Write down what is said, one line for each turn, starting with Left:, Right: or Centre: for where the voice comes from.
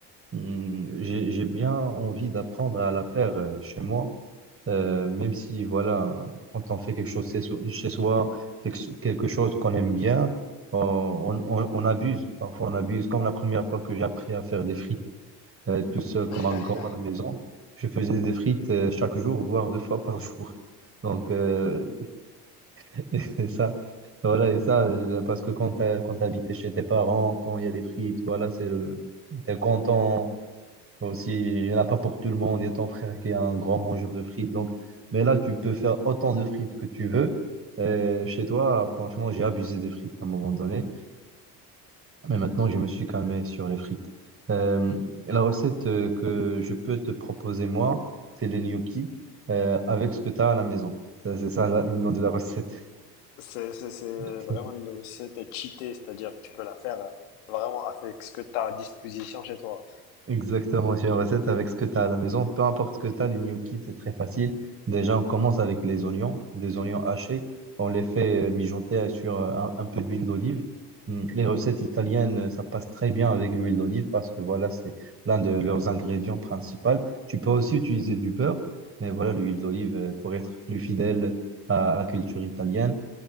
Right: hum, j'ai, j'ai bien envie d'apprendre à la faire euh, chez moi. Euh, même si, voilà, quand on fait quelque chose chez so- chez soi, quelque, quelque chose qu'on aime bien, on, on- on- on abuse. Parfois, on abuse. Comme la première fois que j'ai appris à faire des frites euh, tout seul comme
Left: <laughs>
Right: un grand à la maison. Je faisais des frites euh, chaque jour, voire deux fois par <laughs> jour. Donc, euh, <laughs> et ça, voilà, et ça, euh, parce que quand t'as- quand t'habitais chez tes parents, quand il y a les frites, voilà, c'est le, t'es content. Aussi, il n'y en a pas pour tout le monde. Il y a ton frère qui est un grand mangeur de frites. Donc, mais là, tu peux faire autant de frites que tu veux. Euh, chez toi, franchement, j'ai abusé des frites à un moment donné. Mais maintenant, je me suis calmé sur les frites. Euh, la recette euh, que je peux te proposer, moi, c'est les gnocchis euh, avec ce que tu as à la maison. Ça, C'est ça la- le nom de la recette.
Left: C'est c'est- c'est
Right: <laughs>
Left: vraiment une recette cheatée, c'est-à-dire que tu peux la faire euh, vraiment avec ce que tu as à disposition chez toi.
Right: Exactement, c'est une recette avec ce que tu as à la maison. Peu importe ce que tu as, les gnocchis, c'est très facile. Déjà, on commence avec les oignons, des oignons hachés. On les fait euh, mijoter sur euh, un, un peu d'huile d'olive. Hum, Les recettes italiennes, euh, ça passe très bien avec l'huile d'olive parce que voilà, c'est l'un de leurs ingrédients principaux. Tu peux aussi utiliser du beurre, mais voilà, l'huile d'olive euh, pour être plus fidèle à à la culture italienne.